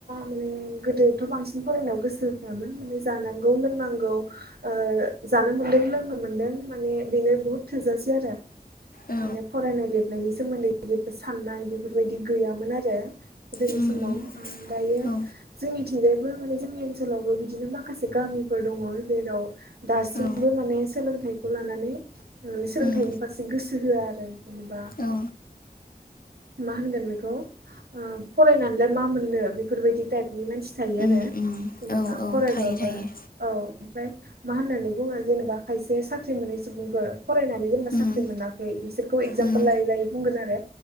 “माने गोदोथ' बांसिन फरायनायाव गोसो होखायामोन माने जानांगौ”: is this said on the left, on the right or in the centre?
Right